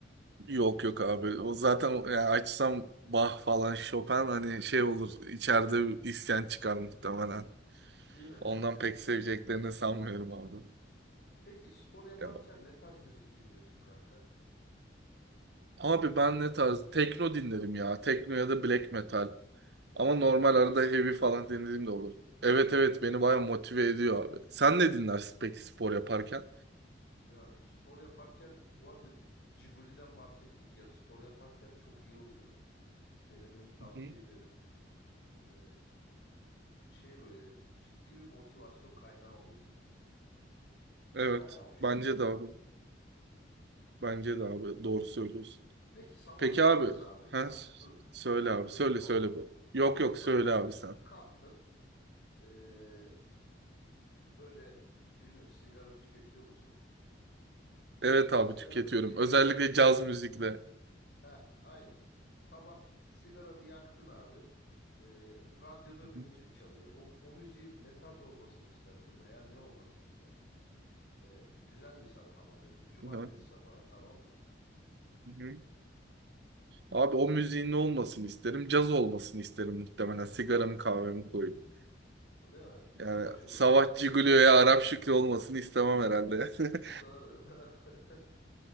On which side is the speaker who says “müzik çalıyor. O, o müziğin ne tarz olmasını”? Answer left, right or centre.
Left